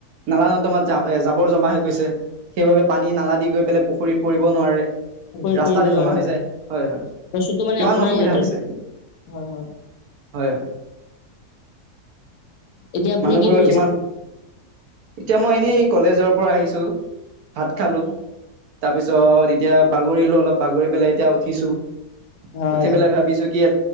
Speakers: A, on the right; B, on the left.
A: নালা নন্দমাত তোমাৰ জাবৰ জমা হৈ গৈছে সেইবাবে পানী নালা দি গৈ পেলাই পুখুৰীত পৰিব নোৱাৰে
B: <unintelligible> কৰিব
A: ৰাস্তাতে
B: নোৱাৰে
A: জমা হৈ
B: হয়
A: যায় হয় হয়
B: বস্তুটো মানে
A: কিমান
B: আপোনাৰ
A: অসুবিধা
B: সিহঁতে
A: হৈছে
B: হয়- হয়।
A: হয় হয়
B: এতিয়া আপুনি
A: মানুহবোৰৰ
B: কি কৰি
A: কিমান
B: আছে।
A: এতিয়া মই এনেই কলেজৰ পৰা আহিছোঁ ভাত খালো তাৰ পিছত এতিয়া বাগৰিলো অলপ বাগৰি পেলাই এতিয়া উঠিছো
B: হয়
A: উঠি পেলাই ভাবিছো কি